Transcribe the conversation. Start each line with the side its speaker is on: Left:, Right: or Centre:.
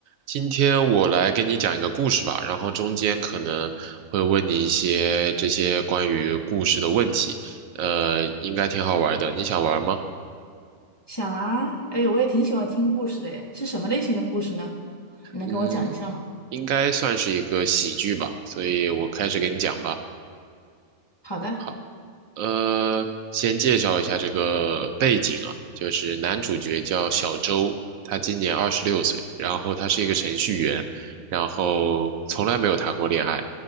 Right: 今天我来跟你讲一个故事吧，然后中间可能会问你一些这些关于故事的问题，呃，应该挺好玩的，你想玩吗？
Left: 想啊，哎，我也挺喜欢听故事的，哎，是什么类型的故事呢？你能跟我讲一下吗？
Right: 嗯，应该算是一个喜剧吧，所以我开始给你讲吧。
Left: 好的，
Right: 好。呃，先介绍一下这个背景啊，就是男主角叫小周，他今年二十六岁，然后他是一个程序员，然后从来没有谈过恋爱，